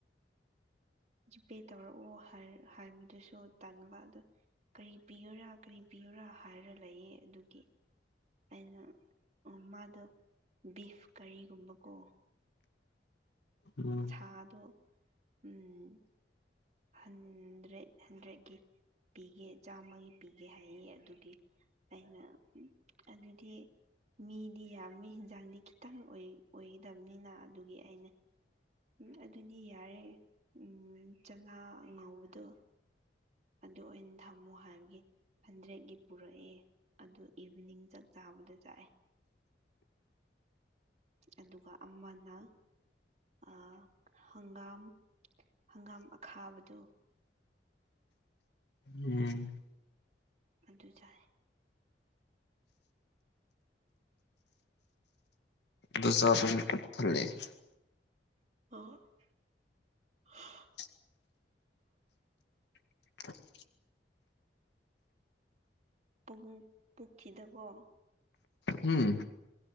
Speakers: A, on the left; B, on the right.
A: <unintelligible>
B: ꯖꯤꯄꯦ ꯇꯧꯔꯛꯑꯣ ꯍꯥꯏ ꯍꯥꯏꯕꯗꯨꯁꯨ ꯇꯟꯕ ꯑꯗ ꯀꯩ ꯄꯤꯌꯣꯔꯥ ꯀꯔꯤ ꯄꯤꯌꯣꯔꯥ ꯍꯥꯏꯔ ꯂꯩꯌꯦ ꯑꯗꯨꯒꯤ ꯑꯩꯅ ꯎꯝ ꯃꯥꯗꯣ ꯕꯤꯐ ꯀꯔꯤꯒꯨꯝꯕꯀꯣ
A: ꯎꯝ
B: ꯁꯥꯗꯣ ꯎꯝ ꯍꯟꯗ꯭ꯔꯦꯠ ꯍꯟꯗ꯭ꯔꯦꯠꯀꯤ ꯄꯤꯒꯦ ꯆꯥꯝꯃꯒꯤ ꯄꯤꯒꯦ ꯍꯥꯏꯌꯦ ꯑꯗꯨꯒꯤ ꯑꯩꯅ ꯑꯗꯨꯗꯤ ꯃꯤꯗꯤ ꯌꯥꯝꯃꯤ ꯍꯤꯟꯖꯥꯡꯗꯤ ꯈꯤꯇꯪ ꯑꯣꯏ ꯑꯣꯏꯒꯗꯕꯅꯤꯅ ꯑꯗꯨꯒꯤ ꯑꯩꯅ ꯎꯝ ꯑꯗꯨꯗꯤ ꯌꯥꯔꯦ ꯎꯝ ꯆꯅꯥ ꯉꯧꯕꯗꯣ ꯑꯗꯨ ꯑꯣꯏ ꯊꯝꯃꯨ ꯍꯥꯏꯕꯒꯤ ꯍꯟꯗ꯭ꯔꯦꯠꯀꯤ ꯄꯨꯔꯛꯑꯦ ꯑꯗꯨ ꯏꯚꯤꯅꯤꯡ ꯆꯥꯛ ꯆꯥꯕꯗ ꯆꯥꯏꯑꯦ ꯑꯗꯨꯒ ꯑꯃꯅ ꯑꯥ ꯍꯪꯒꯥꯝ ꯍꯪꯒꯥꯝ ꯑꯈꯥꯕꯗꯨ
A: ꯎꯝ
B: ꯑꯗꯨ ꯆꯥꯏ
A: ꯗꯨ ꯆꯥꯁꯜꯂ <unintelligible>
B: <unintelligible>
A: <unintelligible>
B: ꯄꯥꯕꯨꯡ ꯄꯨꯈꯤꯗꯀꯣ
A: ꯎꯝ